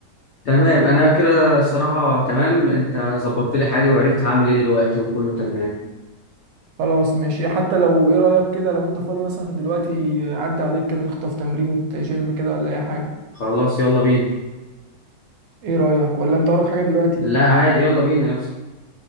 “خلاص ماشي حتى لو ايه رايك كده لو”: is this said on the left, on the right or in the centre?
Right